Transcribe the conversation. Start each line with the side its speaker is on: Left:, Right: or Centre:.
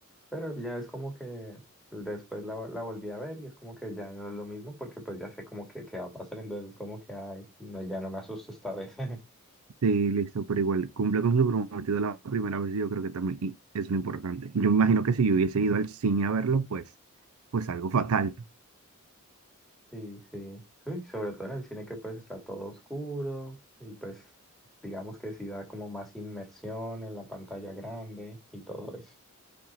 Centre: pero ya es como que después la, la volví a ver y es como que ya no es lo mismo porque pues ya sé como que qué va a pasar, entonces como que ay, no, ya no me asusto esta vez. <laughs>
Right: Sí, listo, pero igual cumple con su prometido la primera vez, yo creo que también y es lo importante. Yo me imagino que si yo hubiese ido al cine a verlo, pues, pues algo fatal.
Centre: Sí, sí. Sí, sobre todo en el cine que pues está todo oscuro y pues digamos que sí da como más inmersión en la pantalla grande y todo eso.